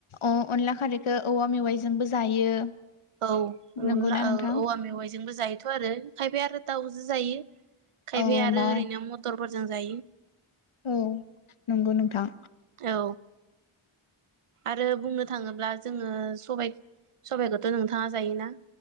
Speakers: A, on the left (about 70°); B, on the right (about 85°).
A: अ अनला खारैखो औवा मेवाइजोंबो जायो।
B: औ अनला
A: नंगौना
B: औ
A: नोंथां
B: औवा मेवाइजोंबो जायोथ' आरो खायफाया आरो दाउजो जायो। खायफाया
A: औ ओमफ्राय
B: आरो ओरैनो मटरफोरजों जायो।
A: औ नंगौ नोंथां।
B: औ। आरो बुंनो थाङोब्ला जोंङो सबायद सबाइखौथ' नोंथाङा जायोना?